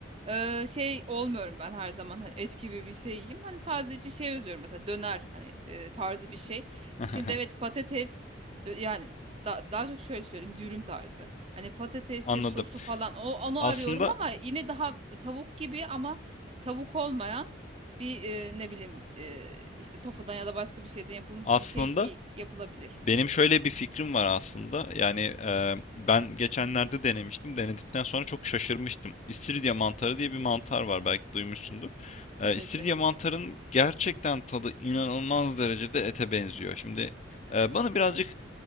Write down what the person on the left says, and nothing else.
<laughs>
anladım.
Aslında
aslında
Benim şöyle bir fikrim var aslında. Yani e, ben geçenlerde denemiştim. Denedikten sonra çok şaşırmıştım. İstiridye mantarı diye bir mantar var. Belki duymuşsundur. E,
İstiridye
mantarın gerçekten tadı inanılmaz derecede ete benziyor. Şimdi e, bana birazcık